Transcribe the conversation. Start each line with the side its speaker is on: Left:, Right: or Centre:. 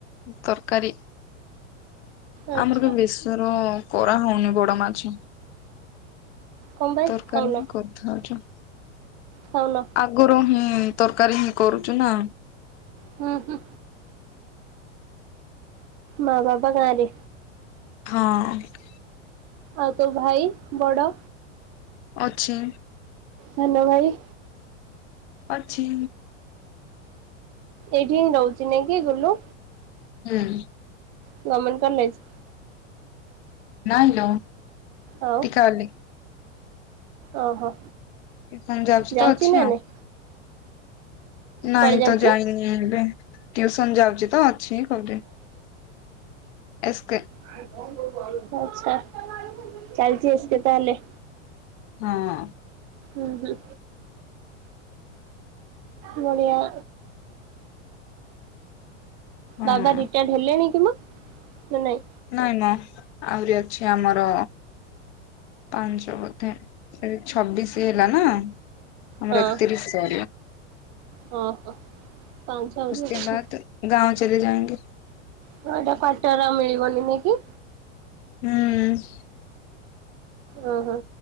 Left: ତରକାରୀ।
Right: ଆଚ୍ଛା।
Left: ଆମର କେବେ ବେଶଵର କରା ହଉନି ବ। କ ମାଛ।
Right: କଣ ପାଇଁ
Left: ତରକାର
Right: ଖାଉନ
Left: ହଁ କରିଥାଉଛ।
Right: ଖାଉନ
Left: ଆଗରୁ ହୁଁ। ତରକାରୀ ହିଁ କରୁଛୁ ନା।
Right: ହୁଁ ହୁଁ। ମା ବାପ ଗାଁ ରେ।
Left: ହଁ।
Right: ଆଉ ତୋ ଭାଇ ବଡ।
Left: ଅଛି।
Right: ହଲୋ ଭାଇ।
Left: ଅଛି।
Right: ଏଇଠି ହିଁ ରହୁଛି ନାଇଁ କି ଗୁଲୁ।
Left: ହୁଁ।
Right: Government college.
Left: ନା ହାଲୋ।
Right: ଆଉ
Left: ଟିକା ଅଲି।
Right: ଓହୋ।
Left: ହୁଁ ଯାଉଚି
Right: ଯାଉଛି
Left: ତ ଅଛି
Right: ନା
Left: ଆଉ।
Right: ନାଇଁ
Left: ନାଇଁ
Right: କୁଆଡେ ଯାଉଛି
Left: ତ ଯାଇନି ଏବେ। ଟ୍ୟୁସନ୍ ଯାଉଛି ତ। <unintelligible> ଏସ୍କେ
Right: ଆ ଆଛା ଚାଲିଛି ଏସ୍କେ ତାହେଲେ।
Left: ହଁ ହଁ।
Right: ଉ ହୁଁ। ନଡ଼ିିଆ
Left: ହଁ
Right: ବାବା ରିଟାୟାର୍ଡ ହେଲେଣି କି ମ? ନା ନାଇଁ।
Left: ନାଇଁ ନା ଆହୁରି ଅଛି ଆମର ପାଞ୍ଚ ବୋଧେ ଛବିଶ ହେଲା ନା। ଆମର
Right: ହଁ
Left: ଏତିରିଶା
Right: ହଁ ହଁ ପାଞ୍ଚ ଆହୁରି
Left: ଉସ୍କେ
Right: ଅଛି।
Left: ବାଦ ଗାଁଓ ଚଲେ ଯାଉଙ୍ଗି।
Right: ହଁ ଏଇଠି କ୍ୱାଟର ଆଉ ମିଳିବନି ନାଇ କି?
Left: ହୁଁ।
Right: ଓ ହୋ।